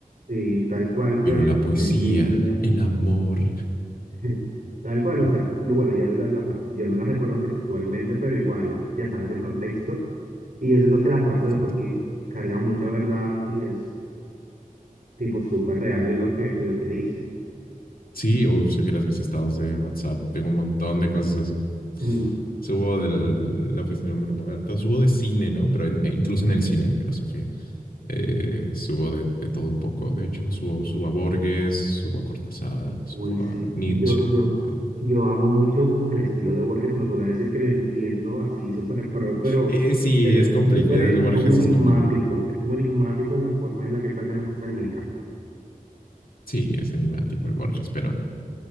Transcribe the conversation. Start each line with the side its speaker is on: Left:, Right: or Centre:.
Right: y tal cual, pero
Left: Pero
Right: la
Left: la poesía,
Right: decía,
Left: el amor.
Right: <laughs> tal cual,
Left: <laughs>
Right: o sea, lo- bueno, ya te sabes la frase, yo no la recuerdo textualmente, pero igual ya sabes el contexto. Y yo siento que la frase
Left: Sí.
Right: de por sí carga mucha verdad y es tipo súper real en lo que, en lo que dice.
Left: Sí, uy, si vieras mis estados de WhatsApp, tengo un montón de cosas así.
Right: Mm,
Left: Subo de la oficina de Humberto, subo de cine, ¿no? Pero en- e incluso en el cine hay filosofía. Eh, subo de, de todo un poco, de hecho, subo, subo a Borges, subo a Cortázar, subo
Right: uy, sí.
Left: a Nietzsche.
Right: Yo, yo,
Left: o sea,
Right: yo amo mucho como que el estilo de Borges, no te voy a decir que lo entiendo así súper pro, pero,
Left: eh, eh, sí,
Right: pero
Left: es complicado,
Right: es súper,
Left: el
Right: es
Left: Borges
Right: como enigmático,
Left: es complicado.
Right: es como enigmático la forma en la que él plantea las cosas y me encanta.
Left: Sí, es enigmático el Borges, pero